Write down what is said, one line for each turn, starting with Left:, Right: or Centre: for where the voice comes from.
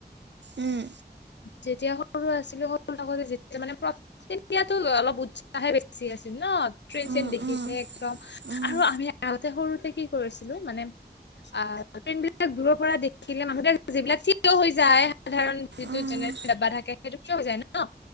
Right: উম,
Left: যেতিয়া সৰু আছিলো সৰু আতে যেতিয়া মানে তেতিয়াতো অলপ উৎসাহে বেছি আছিল ন ট্ৰেইন
Right: উম,
Left: চেইন দেখিলে
Right: উম,
Left: একদম
Right: উম,
Left: আৰু আমি আগতে সৰুতে কি কৰিছিলো মানে আহ ট্ৰেইন বিলাক দূৰৰ পৰা দেখিলে মানুহ যিবিলাক থিয় হৈ যায় সাধাৰণ যিটো
Right: উম,
Left: জেনেৰেল ডাব্বা থাকে সেইটো কিয় হৈ যায় ন? অ